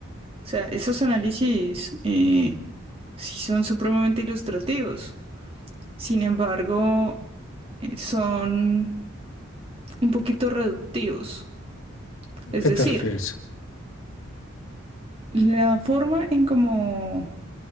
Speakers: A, on the right; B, on the left.
A: sea, esos análisis eh, sí son supremamente ilustrativos. Sin embargo, eh, son un poquito reductivos.
B: ¿A
A: Es
B: qué
A: decir,
B: te refieres?
A: la forma en cómo,